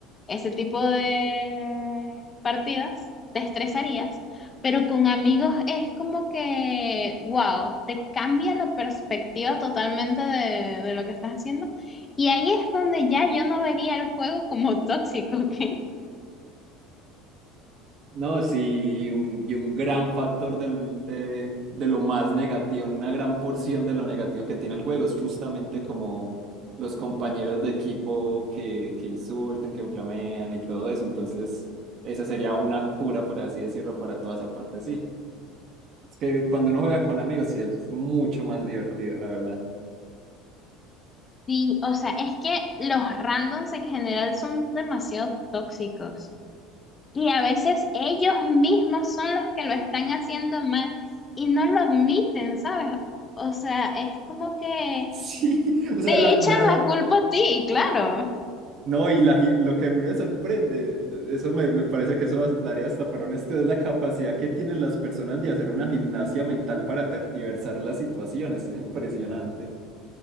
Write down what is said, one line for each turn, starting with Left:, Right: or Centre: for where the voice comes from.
Left: ese tipo de partidas, te estresarías. Pero con amigos es como que, wow, te cambia la perspectiva totalmente de, de lo que estás haciendo. Y ahí es donde ya yo no vería el juego como <laughs> tóxico, ¿ok?
Right: No, sí, y un, y un gran factor del- de, de lo más negativo, una gran porción de lo negativo que tiene el juego es justamente como los compañeros de equipo que, que insultan, que inflamean y todo eso. Entonces, esa sería una cura, por así decirlo, para toda esa parte, sí. Es que cuando uno juega con amigos, sí, es mucho más divertido, la verdad. <laughs>
Left: Sí, o sea, es que los randoms en general son demasiado tóxicos y a veces ellos mismos son los que lo están haciendo mal y no lo admiten, ¿sabes? O sea, es como que
Right: Sí, o sea,
Left: te
Right: la,
Left: echan
Right: la,
Left: la culpa a ti, claro.
Right: No, y la gi- lo que a mí me sorprende, eso me, me parece que eso va- daría hasta para un estudio, es la capacidad que tienen las personas de hacer una gimnasia mental para tergiversar las situaciones. Es impresionante.